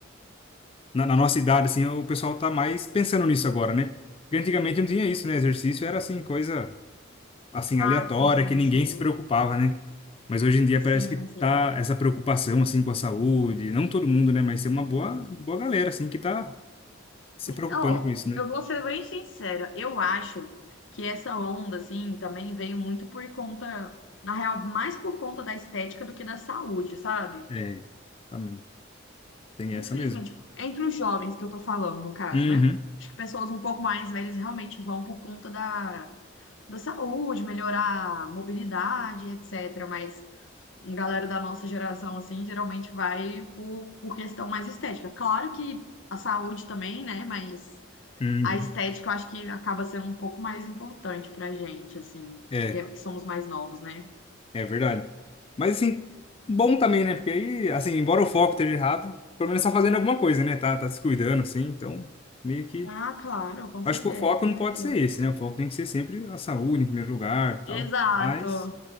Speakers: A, on the left; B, on the left.
A: Na, na nossa idade, assim, o pessoal tá mais pensando nisso agora, né? Porque antigamente não tinha isso, né? Exercício era assim, coisa assim,
B: Ah,
A: aleatória,
B: sim,
A: que ninguém
B: sim.
A: se preocupava, né? Mas hoje em dia
B: Sim,
A: parece que
B: sim.
A: tá essa preocupação, assim, com a saúde. Não todo mundo, né? Mas tem uma boa, boa galera, assim, que tá se preocupando
B: É, Ó,
A: com isso, né?
B: eu vou ser bem sincera, eu acho que essa onda, assim, também veio muito por conta, na real, mais por conta da estética do que da saúde, sabe?
A: É, também. Tem
B: Infelizmente,
A: essa mesmo.
B: entre os jovens que eu tô falando, no caso,
A: Uhum,
B: né? Acho que pessoas um pouco mais velhas realmente vão por conta da, da saúde, melhorar a mobilidade, etc. Mas a galera da nossa geração, assim, geralmente vai por, por questão mais estética. Claro que a saúde também, né? Mas.
A: uhum.
B: a estética eu acho que acaba sendo um pouco mais importante pra gente, assim,
A: É.
B: que, é- que somos mais novos, né?
A: É verdade. Mas assim, bom também, né? Porque aí, assim, embora o foco esteja errado, pelo menos tá fazendo alguma coisa, né? Tá, tá se cuidando, assim, então meio que.
B: Ah, claro, com
A: Acho
B: certeza,
A: que o foco
B: com
A: não
B: certeza.
A: pode ser esse, né? O foco tem que ser sempre a saúde em primeiro lugar, tal.
B: Exato,
A: Mas,